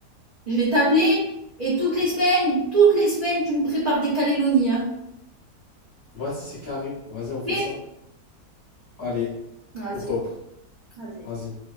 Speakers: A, on the right; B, on the left.
A: Je vais t'appeler et toutes les semaines, toutes les semaines, tu me prépares des calélonies, hein.
B: Vas-y, c'est carré. Vas-y, on fait
A: Ok
B: ça. Allez,
A: Vas-y,
B: au top.
A: vas-y.
B: Vas-y.